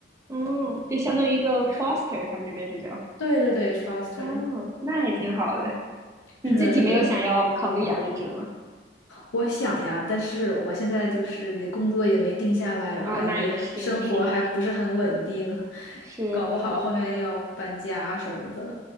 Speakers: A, on the right; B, on the left.
A: 嗯，就相当于一个 foster，他们这边是叫。
B: 对对对，foster，
A: 哦，那还挺好的。你自己没有想要考虑养一只吗？
B: 是的，是的。我想呀，但是我现在就是那工作也没定下来，然后感觉生活还不是很稳定，
A: 哦，那也是，是是是是是
B: 搞不好后面要搬家什么的，